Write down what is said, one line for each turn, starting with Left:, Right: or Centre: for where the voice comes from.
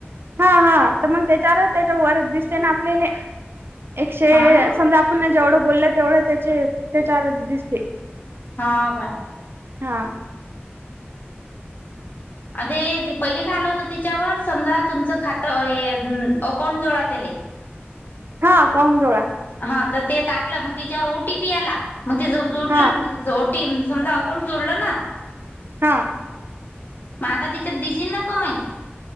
Right: हा हा, तर मग त्याच्यावर त्याच्या वर दिसते ना आपल्याले,, एकशे
Left: हा ना
Right: समजा आप पुन्हा जेवढं बोललं तेवढं त्याचे त्याच्यार दिसते.
Left: हाव का.
Right: हां.
Left: आ ते पहिले काय आलं होतं तिच्यावर, समजा तुमचं खातं अ अकाऊंट जोडा तेले.
Right: हा अकाउंट जोळा.
Left: हा तर ते टाकलं, मग तिच्यावर ओटीपी आला, मग ते जोडलं
Right: हा
Left: ओटीएम समजा अकाउंट जोडलं ना
Right: हां.
Left: मग आता तिच्यात दिसेना कमाई.